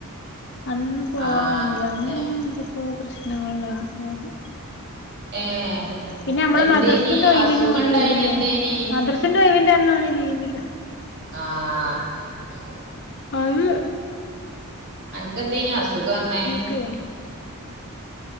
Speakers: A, on the left; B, on the right.
A: അന്നൊന്നും പോവാൻ
B: ആഹ്
A: കഴിഞ്ഞില്ല അന്ന്
B: അതന്നെ
A: പിന്നെ എന്തൊക്കൊപ്രശ്നങ്ങള്ണ്ടയിനി
B: ഏഹ്
A: പിന്നെമ്മള്
B: എന്തേനി
A: മദ്രസിലെ ഒയിവിന്
B: അസുഖണ്ടായിനി
A: ഓന്ഒഴില്ലേനി
B: എന്തേനി
A: മദ്രസിന്റെ ഒഴിവിന്റെന്നോന് ഓൻ ലിവില്
B: ആഹ് അഹ് ശരി
A: അത്
B: ക്കെന്തേനി അസുഖംന്നെ
A: ക്കേനി